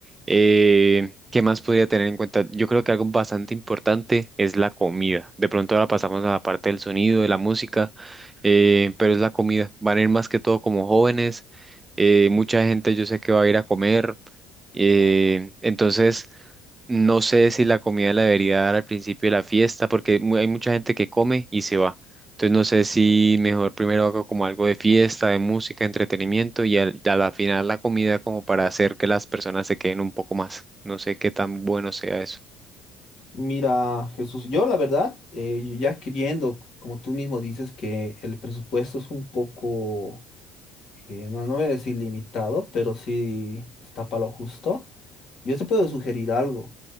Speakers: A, on the right; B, on the left.
A: Eh, ¿qué más podría tener en cuenta? Yo creo que algo bastante importante es la comida. De pronto ahora pasamos a la parte del sonido, de la música, eh, pero es la comida. Van a ir más que todo como jóvenes. eh, mucha gente yo sé que va a ir a comer. eh, entonces, no sé si la comida la debería dar al principio de la fiesta, porque mu- hay mucha gente que come y se va. Entonces no sé si mejor primero hago como algo de fiesta, de música, entretenimiento y al- a la final la comida como para hacer que las personas se queden un poco más. No sé qué tan bueno sea eso.
B: Mira, Jesús, yo la verdad, eh, ya que viendo, como tú mismo dices, que el presupuesto es un poco eh, no, no voy a decir limitado, pero sí está para lo justo. Yo te puedo sugerir algo.